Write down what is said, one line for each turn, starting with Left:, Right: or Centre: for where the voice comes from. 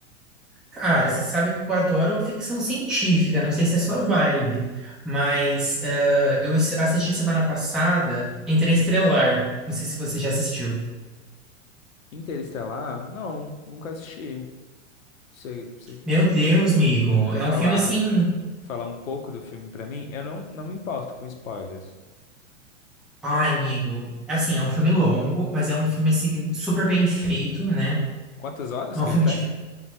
Centre: Cara, você sabe que eu adoro ficção científica, não sei se é a sua vibe, mas eh, eu ass- assisti semana passada Interestelar. Não sei se você já assistiu.
Left: Interestelar? Não, nunca assisti. Você, você
Centre: Meu Deus, amigo,
Left: quer
Centre: é
Left: falar,
Centre: um filme assim.
Left: falar um pouco do filme pra mim? Eu não, não me importo com spoilers.
Centre: Ai, amigo, é assim, é um filme longo, mas é um filme assim, super bem feito, né?
Left: Quantas horas
Centre: É
Left: que
Centre: um filme
Left: ele tem?
Centre: de,